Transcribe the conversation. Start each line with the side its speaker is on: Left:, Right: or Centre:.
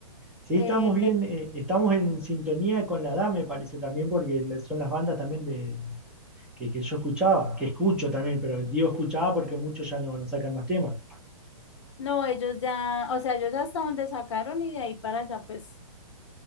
Centre: Sí,
Left: eh,
Centre: estamos bien, eh, estamos en sintonía con la edad, me parece también, porque la- son las bandas también de, que, que yo escuchaba, que escucho también, pero digo escuchaba porque muchos ya no, no sacan más temas.
Left: no, ellos ya, o sea, ellos hasta donde sacaron y de ahí para allá, pues